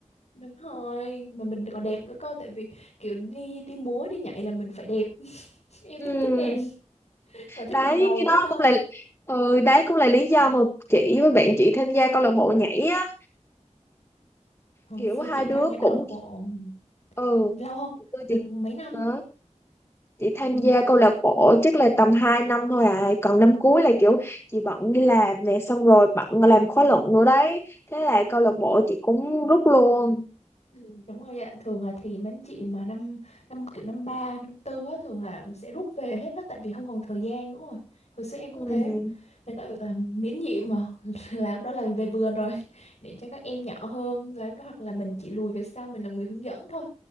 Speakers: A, on the left; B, on the left.
A: đúng rồi mà mình còn đẹp nữa cơ tại vì kiểu đi đi múa đi nhảy là mình phải đẹp <laughs> em
B: Ừ.
A: cũng thích đẹp và thích
B: Đấy,
A: mình ngầu
B: cái
A: nữa
B: đó
A: cơ
B: cũng là ừ, đấy cũng là lý do mà chị với bạn chị tham gia câu lạc bộ nhảy á.
A: hồi
B: kiểu
A: xưa
B: hai
A: chị
B: đứa
A: tham gia câu
B: cũng
A: lạc bộ
B: thích-
A: ừm,
B: ừ
A: lâu không
B: thì tôi
A: được
B: chỉ
A: mấy năm
B: đó chị tham
A: Ừ,
B: gia câu lạc bộ chắc là tầm 2 năm thôi à còn năm cuối là kiểu chị bận đi làm nè xong rồi bận làm khóa luận nữa đấy thế là
A: ừ,
B: câu lạc bộ chị cũng rút luôn
A: Ừ, đúng rồi ạ thường là thì mấy anh chị mà năm năm kiểu năm ba năm tư á thường là sẽ rút về hết đó tại vì không còn thời gian nữa rồi hồi xưa em cũng
B: ừ.
A: thế nên gọi là miễn nhiệm mà <laughs> là lúc đó là mình về vườn rồi để cho các em nhỏ hơn là lúc đó hoặc là mình chỉ lùi về sau mình làm người hướng dẫn thôi